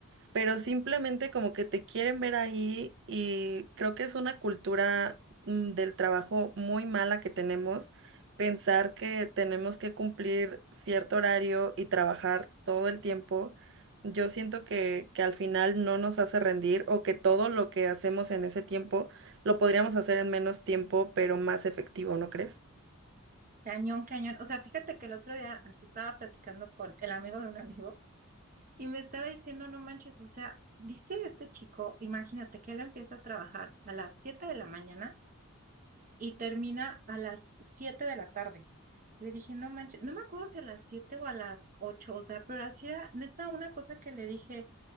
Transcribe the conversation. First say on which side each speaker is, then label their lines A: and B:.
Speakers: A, on the right (about 60°); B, on the right (about 40°).
A: pero simplemente como que te quieren ver ahí y creo que es una cultura mm, del trabajo muy mala que tenemos, pensar que tenemos que cumplir cierto horario y trabajar todo el tiempo. Yo siento que, que al final no nos hace rendir o que todo lo que hacemos en ese tiempo lo podríamos hacer en menos tiempo, pero más efectivo, ¿no crees?
B: Cañón, cañón. O sea, fíjate que el otro día así estaba platicando con el amigo de un amigo Y me estaba diciendo, no manches, o sea, dice este chico, imagínate que él empieza a trabajar a las 7 de la mañana y termina a las 7 de la tarde. Le dije, no manches, no me acuerdo si a las 7 o a las ocho o sea, pero así era neta una cosa que le dije,